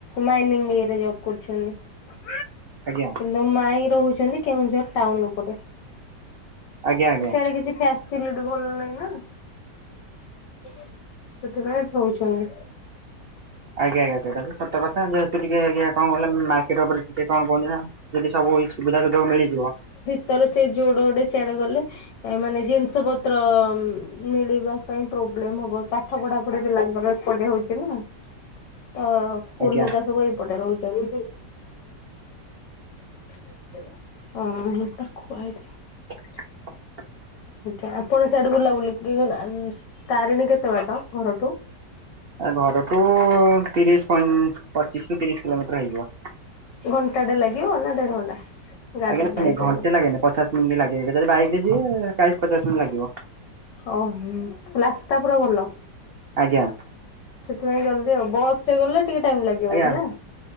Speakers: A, on the left; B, on the right.
A: ମାଇନିଙ୍ଗ ଇଏରେ ଜବ କରୁଚନ୍ତି।
B: ଆଜ୍ଞା।
A: ମୋ ମାଇଁ ରହୁଛନ୍ତି କେଉଁଝର ଟାଉନ ଉପରେ
B: ଆଜ୍ଞା ଆଜ୍ଞା
A: ସେଆଡେ କିଛି ଖା ସିଲିଟି ଭଲ ନାଇଁ ନା ସେଥିପାଇଁ ଥୋଉଚନ୍ତି।
B: ଆଜ୍ଞା ଆଜ୍ଞା ସେଇଟା ସତ କଥା। ଟିକେ ଆଜ୍ଞା କଣ କିଲ ମାର୍କେଟ ଉପରେ ଟିକେ କଣ କହନ୍ତି ନା ଯଦି ସବୁ ସୁବିଧାରେ ସୁଯୋଗ ମିଳିଯିବ।
A: ତାର ସେ ଯୋଡ ଗୋଟେ ସିଆଡେ ଗଲେ। ଏ ମାନେ ଜିନିଷ ପତ୍ର ମିଳିବା ପାଇଁ ପ୍ରୋବ୍ଲେମ ହବ ତାକ୍ ପାଠ ପଢାପଢି ପିଲାଙ୍କର ଏପଟେ ହଉଚି ନା, ତ ସ୍କୁଲ
B: ଆଜ୍ଞା
A: ରେ ସବୁ ଏଇପଟେ ରହୁଛନ୍ତି। <unintelligible> ତାକୁ ଖୁଆଇଦିଏ।
B: <inaudible>
A: ଆଜ୍ଞା। ଆପଣ ସେଆଡୁ ବୁଲାବୁଲି କି ତାରିଣୀ କେତେ ବାଟ ଘରଠୁ?
B: ଘର ଠୁ ତିରିଶ ପଇଁ ପଚିଶ ରୁ ତିରିଶ କିଲୋମିଟର ହେଇଯିବ।
A: ଘଣ୍ଟାଟେ ଲାଗିବ ନା ଦେଢ଼ ଘଣ୍ଟା? ଗାଡିରେ
B: ଆଜ୍ଞା
A: ବାଇକ
B: ଘଣ୍ଟେ
A: ରେ
B: ଲାଗେନି। ପଚାଶ ମିନିଟ୍ ଲାଗେ। ଯଦି ବାଇକରେ ଯିବେ ଚାଳିଶ୍ ପଚାଶ୍ ମିନିଟ୍ ଲାଗିବ।
A: <unintelligible> ରାସ୍ତା ପୁରା ଭଲ?
B: ଆଜ୍ଞା
A: ସେଥିପାଇଁ ଜଲଦି ଆଉ। ବସ୍ ରେ ଗଲେ ଟିକେ ଟାଇମ ଲାଗିିବ
B: ଆଜ୍ଞା
A: ବୋଧେ ନା?